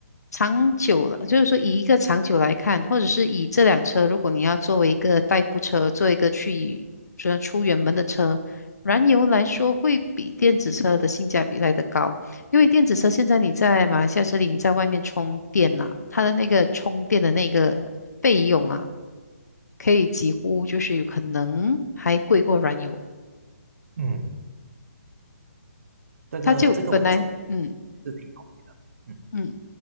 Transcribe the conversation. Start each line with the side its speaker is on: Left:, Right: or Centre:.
Left: 长久了，就是说以一个长久来看，或者是以这辆车，如果你要作为一个代步车，做一个去主要出远门的车，燃油来说会比电子车的性价比来的高，因为电子车现在你在马来西亚这里，你在外面充电啊，它的那个充电的那个费用啊。可以几乎就是有可能还贵过燃油。
Right: 嗯，这个这个我其实也是挺同意的。
Left: 它就本来，嗯
Right: 嗯。
Left: 嗯，